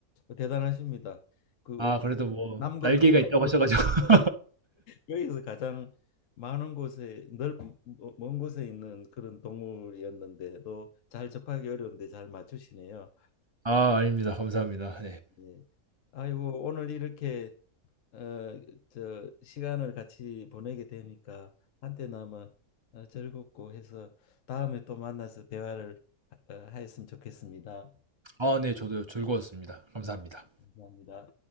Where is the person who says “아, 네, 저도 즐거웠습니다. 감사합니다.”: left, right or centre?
Right